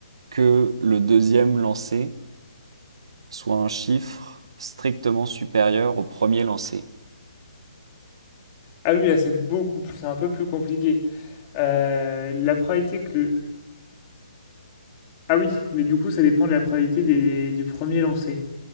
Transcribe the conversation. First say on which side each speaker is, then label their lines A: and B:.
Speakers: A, on the right; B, on the left.
A: que le deuxième lancé soit un chiffre strictement supérieur au premier lancé.
B: Ah oui, là c'est beaucoup plus, c'est un peu plus compliqué. Euh, la probabilité que le... Ah oui, mais du coup ça dépend de la probabilité des- du premier lancé.